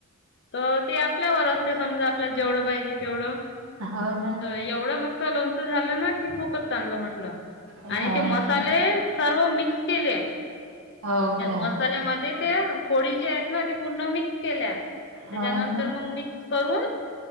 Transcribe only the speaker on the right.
हो ना
हो
का
हो काय
हो ना